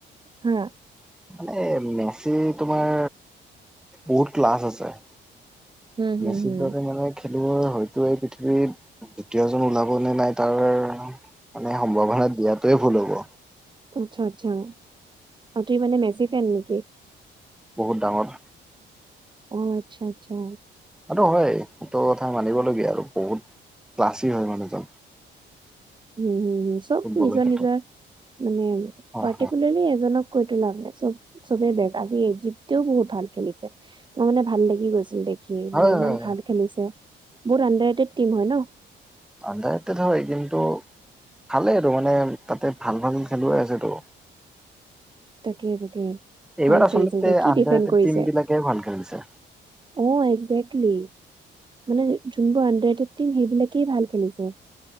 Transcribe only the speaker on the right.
হা।
হুম হুম
হুম।
আচ্ছা আচ্ছা আটো মানে মেচি ফেন নেকি।
অ আচ্ছা আচ্ছা।
উম হ চব
নিজৰ
নিজৰ মানে
পাৰ্টিকুলাৰলি এজনক। কৈ তো লাম নাই চব চবে বেজ আজি এই জীপ্তেও বহুত ভাল খেলিছে। মই মানে ভাল লাগি গৈছিল দেখি
মানে ইমান
ভাল খেলিছে বহুত আডাৰটেড টিম হয় ন।
তাকে তাকে। ভাল
খেলিছে যে কি
ডিফেণ্ড
কৰিছে
অ এগজেক্টলি। মানে যোনবোৰ আন্দাৰ ফিফটিন সেইবিলাকেই ভাল খেলিছে।